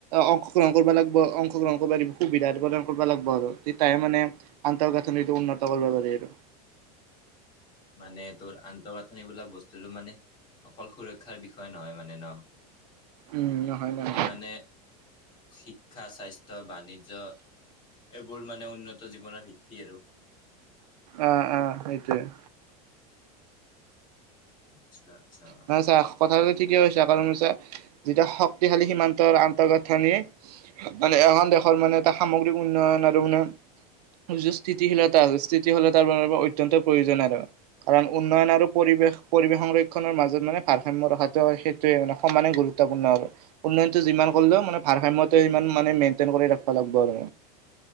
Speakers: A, on the right; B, on the left.
A: অংশগ্ৰহণ কৰিব লাগিব, অংশগ্ৰহণ কৰিব লাগিব সুবিধা প্ৰদান কৰিব লাগিব আৰু। তেতিয়াই মানে আন্তঃগাঁথনিটো উন্নত কৰিব পাৰি আৰু।
B: মানে তোৰ আন্তঃগাঁথনি বোলা বস্তুটো মানে অকল সুৰক্ষাৰ বিষয় নহয় মানে ন,
A: উম নহয় নহয়
B: ই মানে শিক্ষা, স্বাস্থ্য, বাণিজ্য, এইবোৰ মানে উন্নত জীৱনৰ ভিত্তি আৰু।
A: অ' অ', সেইটোৱেই।
B: আচ্ছা আচ্ছা
A: মানে চা কথাটোটো ঠিকেই কৈছা, কাৰণ হৈছে যেতিয়া শক্তিশালী সীমান্তৰ আন্তঃগাঁথনি মানে এখন দেশৰ মানে এটা সামগ্ৰিক উন্নয়ন আৰু উন্নয়ন জুচ স্থিতিশীলতা আছে, স্থিতিশীলতাৰ বাবে অত্যন্ত প্ৰয়োজন আৰু কাৰণ উন্নয়ন আৰু পৰিৱেশ-পৰিৱেশ সংৰখ খনৰ মাজত মানে ভাৰসাম্য ৰখাটো সেইটোৱেই, মানে সমানে গুৰুত্বপূৰ্ণ আৰু উন্নয়নটো যিমান কৰিলেও মানে ভাৰসাম্যটো সিমান মানে মেইনটেইন কৰি ৰাখিব লাগিব আৰু।